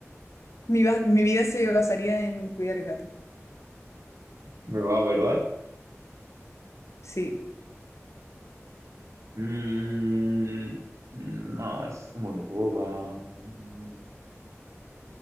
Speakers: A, on the left (about 70°); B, on the right (about 75°).
A: Mi, va- mi vida se basaría en cuidar gatos.
B: Me va, ¿verdad?
A: Sí.
B: Mm, no, es muy boba. Mm.